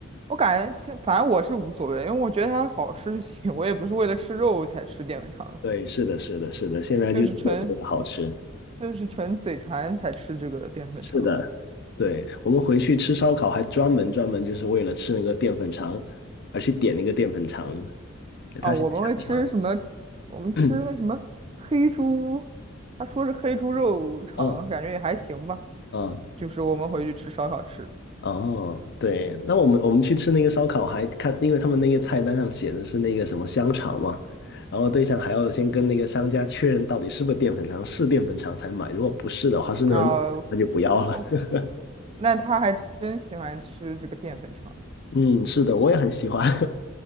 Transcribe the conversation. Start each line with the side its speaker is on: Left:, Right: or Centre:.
Right: 我感觉其实反正我是无所谓，因为我觉得它好吃就行，<laughs> 我也不是为了吃肉才吃淀粉肠的，
Left: 对，是的，是的，是的，现在就真的觉得好吃。
Right: 就是纯就是纯嘴馋才吃这个淀粉肠。
Left: 是的，对，我们回去吃烧烤还专门专门就是为了吃那个淀粉肠而去点那个淀粉肠，给它写香肠。
Right: 啊，我们会吃什么？我们吃那什么黑猪，
Left: <coughs> <clears throat>
Right: 他说是黑猪肉肠，
Left: 嗯
Right: 感觉也还行吧，
Left: 嗯。
Right: 就是我们回去吃烧烤吃的。
Left: 哦，对，那我们我们去吃那个烧烤，还看，因为他们那个菜单上写的是那个什么香肠嘛，然后对象还要先跟那个商家确认到底是不是淀粉肠，是淀粉肠才买，如果不是的话，是那种肉那就不要了。
Right: 啊、哦，
Left: <laughs>
Right: 那他还真喜欢吃这个淀粉肠。
Left: 嗯，是的，我也很喜欢，